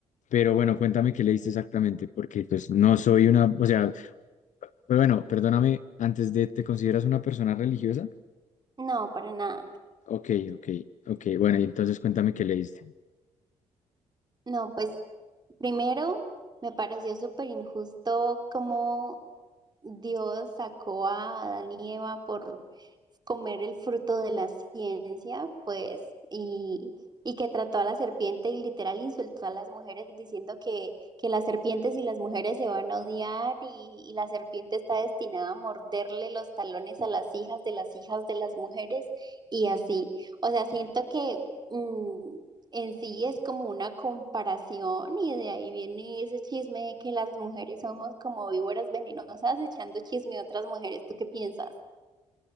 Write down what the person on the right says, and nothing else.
No, para nada.
No, pues primero me pareció súper injusto cómo Dios sacó a Adán y Eva por comer el fruto de la ciencia, pues, y, y que trató a la serpiente y literal insultó a las mujeres diciendo que, que las serpientes y las mujeres se van a odiar y, y la serpiente está destinada a morderle los talones a las hijas de las hijas de las mujeres y así. O sea, siento que... mm, en sí es como una comparación y de ahí viene ese chisme de que las mujeres somos como víboras venenosas echando chisme a otras mujeres. ¿Tú qué piensas?